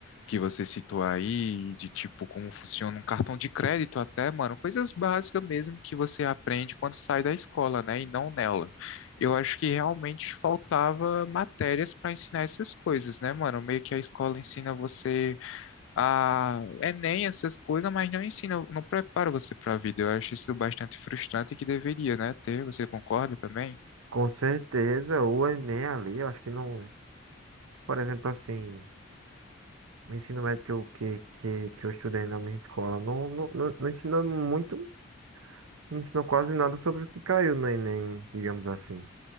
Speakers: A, on the left; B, on the right.
A: que você citou aí, de tipo como funciona um cartão de crédito até, mano, coisas básicas mesmo que você aprende quando sai da escola, né, e não nela. Eu acho que realmente faltava matérias para ensinar essas coisas, né, mano? Meio que a escola ensina você a Enem, essas coisas, mas não ensina, não prepara você para a vida. Eu acho isso bastante frustrante e que deveria, né, ter. Você concorda também?
B: Com certeza, o Enem ali, eu acho que não. Por exemplo, assim, o ensino médio que eu, que, que, que eu estudei na minha escola não, não, não, não ensinou muito, não ensinou quase nada sobre o que caiu no Enem, digamos assim.